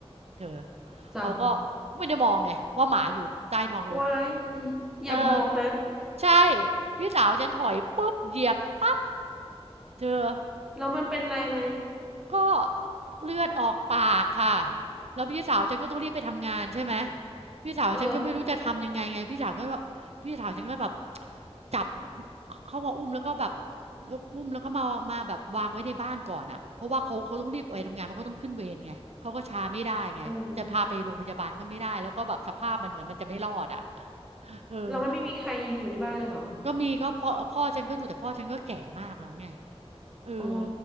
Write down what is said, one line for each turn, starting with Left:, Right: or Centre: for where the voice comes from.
Right: เธอ
Centre: จ้ะ
Right: เขาก็เขาไม่ได้มองไงว่าหมาอยู่ใต้ท้องรถ
Centre: ว้ายอย่าบอกนะ
Right: เออใช่พี่สาวฉันถอยปุ๊บเหยียบปั๊บเธอ
Centre: แล้วมันเป็นไรไหม
Right: ก็เลือดออกปากค่ะแล้วพี่สาวฉันก็ต้องรีบไปทำงานใช่ไหมพี่สาวฉันก็ไม่รู้จะทำยังไงไงพี่สาวก็แบบพี่สาวฉันก็แบบ
Centre: เออ
Right: จับขเข้ามาอุ้มแล้วก็แบบแล้วอุ้มแล้วก็มามาแบบวางไว้ในบ้านก่อนน่ะเพราะว่าเขาเขาต้องรีบไปทำงานเพราะเขาต้องขึ้นเวรไงเขาก็ช้าไม่ได้ไงจะพาไปโรงพยาบาลก็ไม่ได้แล้วก็แบบสภาพมันเหมือนมันจะไม่รอดอะ
Centre: เออ
Right: เออ
Centre: เรามันไม่มีใครอยู่ในบ้านเลยเหรอ
Right: ก็มีก็พ่อพ่อฉันก็ดูแต่พ่อฉันก็แก่มากแล้วไง เออ
Centre: อ๋อ